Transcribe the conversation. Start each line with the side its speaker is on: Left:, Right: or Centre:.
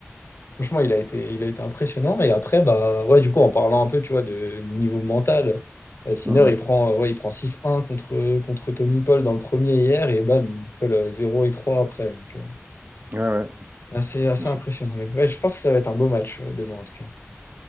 Left: Franchement, il a été, il a été impressionnant. Et après, bah, ouais, du coup, en parlant un peu, tu vois, de niveau mental, euh, Sinner,
Right: Mm, mm.
Left: il prend, euh, ouais, il prend six un contre, contre Tommy Paul dans le premier hier, et bam, il colle euh, 0 et 3 après. Donc, euh,
Right: Ouais, ouais.
Left: assez, assez
Right: Mais
Left: impressionnant. Mais ouais, je pense que ça va être un beau match, euh, demain, en tout cas.